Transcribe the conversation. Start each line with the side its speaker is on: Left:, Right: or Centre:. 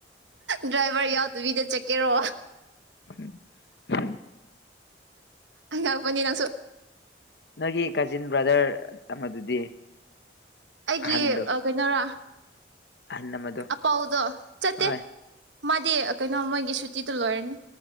Right: ꯗ꯭ꯔꯥꯏꯚꯔ ꯌꯥꯎꯗꯕꯤꯗ ꯆꯠꯀꯦꯔꯣ
Left: ꯝ <unintelligible>
Right: ꯑꯕꯅꯤ ꯅꯁꯨ
Left: ꯅꯣꯏꯒꯤ ꯀꯥꯖꯤꯟ ꯕ꯭ꯔꯗꯔ ꯑꯃꯗꯨꯗꯤ
Right: ꯑꯩꯒꯤ
Left: ꯑꯍꯟꯗꯣ
Right: ꯀꯩꯅꯣꯔꯥ
Left: ꯑꯍꯟ ꯑꯃꯗꯣ
Right: ꯑꯄꯥꯎꯗꯣ ꯆꯠꯇꯦ
Left: ꯍꯣꯏ
Right: ꯃꯥꯗꯤ ꯀꯩꯅꯣ ꯃꯣꯏꯒꯤ ꯁꯨꯇꯤꯗꯣ ꯂꯣꯏꯔꯅꯤ